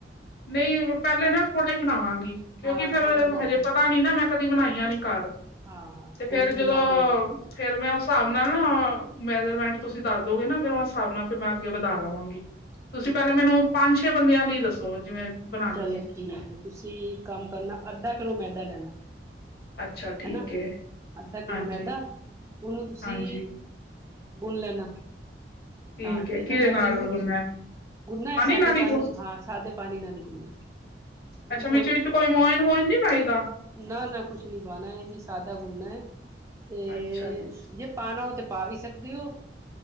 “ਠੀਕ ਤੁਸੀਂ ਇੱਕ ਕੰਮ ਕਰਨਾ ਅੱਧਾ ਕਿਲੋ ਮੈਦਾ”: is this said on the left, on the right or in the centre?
Right